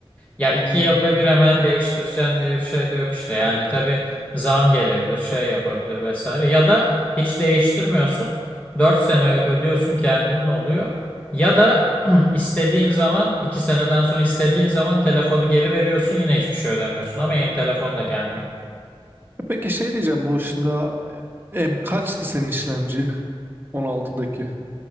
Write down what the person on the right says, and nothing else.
Hmm.
Peki şey diyeceğim bu şimdi e, M kaçtı senin işlemci 16'daki?